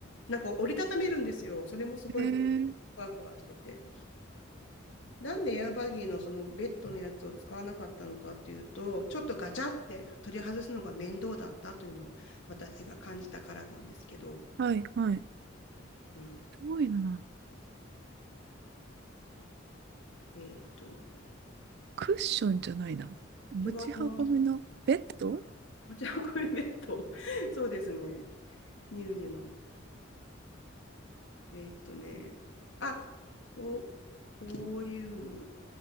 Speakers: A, on the left; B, on the right.
A: なんか折りたためるんですよ。それもすごい便利。
B: えー、
A: ふわふわしてて。なんでエアバギーのそのベッドのやつを使わなかったのかっていうと、ちょっとガチャって取り外すのが面倒だったというのを私が感じたからなんですけど。
B: はいはい。
A: うん。
B: どういうのなん
A: えーっと、
B: クッションじゃないな。持ち運びのベッド
A: 違います。はい。持ち運びベッド。<laughs> そうですね。乳児の。えーっとね。あ、こう、こういうの。